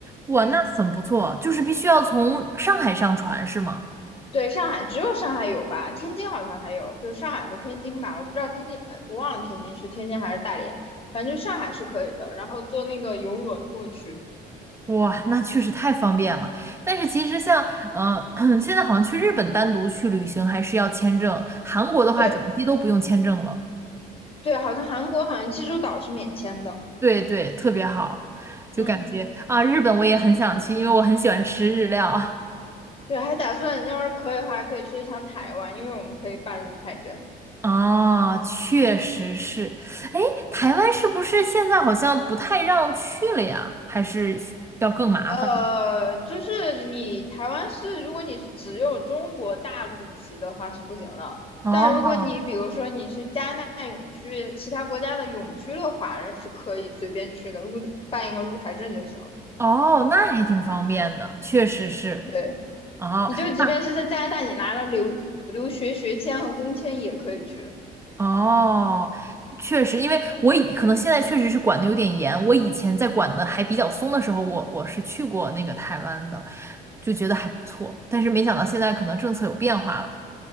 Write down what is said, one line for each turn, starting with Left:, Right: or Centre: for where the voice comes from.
Right: 哇，
Left: 嗯，
Right: 那很不错。就是必须要从上海上船是吗？
Left: 对，上海只有上海有吧，天津好像还有，就是上海和天津吧，我不知道天津，呃我忘了天津是天津还是大连，反正就上海是可以的，然后坐那个游轮过去。
Right: 哇，那确实太方便了。但是其实像，嗯，<clears throat> 现在好像去日本单独去旅行还是要签证，韩国的话转机都不用签证了。
Left: 对对，好像韩国好像济州岛是免签的。
Right: 对对，特别好，就感觉啊，
Left: 嗯。
Right: 日本我也很想去，因为我很喜欢吃日料。<laughs>
Left: 对，还打算要是可以的话，可以去一趟台湾，因为我们可以办入台证。
Right: 哦，确实是。哎，台湾是不是现在好像不太让去了呀？还是需要更麻烦？
Left: 呃，就是你台湾是，如果你是只有中国大陆籍的话是不行的，
Right: 哦
Left: 但如果你比如说你是加拿大永居，其他国家的永居的华人是可以随便去的，入办一个入台证就行了。
Right: 哦，那还挺方便的，确实是。
Left: 对，
Right: 哦，
Left: 你就即便是在加拿大，
Right: 那
Left: 你拿了留留学学签和工签也可以去。
Right: 哦，确实，因为我以可能现在确实是管的有点严，我以前在管的还比较松的时候，我我是去过那个台湾的，就觉得还不错，但是没想到现在可能政策有变化了